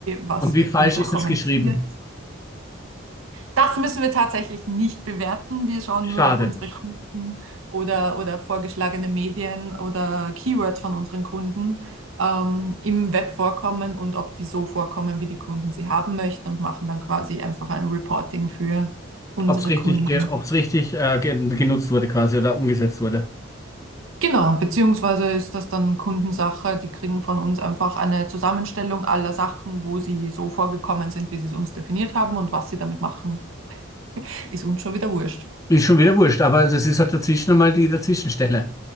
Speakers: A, on the right; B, on the left.
A: was
B: Und wie
A: wird
B: falsch
A: drunter
B: ist
A: Okay. kommentiert,
B: das geschrieben?
A: das müssen wir tatsächlich nicht bewerten. Wir schauen
B: Schade.
A: nur, ob unsere Kunden oder, oder vorgeschlagene Medien oder Keywords von unseren Kunden ähm, im Web vorkommen und ob die so vorkommen, wie die Kunden sie haben möchten und machen dann quasi einfach ein Reporting für unsere
B: ob es richtig,
A: Kunden.
B: ge- ob's richtig äh, gen- genutzt wurde quasi oder umgesetzt wurde.
A: Genau, beziehungsweise ist das dann Kundensache. Die kriegen von uns einfach eine Zusammenstellung aller Sachen, wo sie so vorgekommen sind, wie sie es uns definiert haben und was sie damit machen, ist uns schon wieder wurscht.
B: Ist schon wieder wurscht, aber das ist halt dazwischen nochmal die Dazwischenstelle.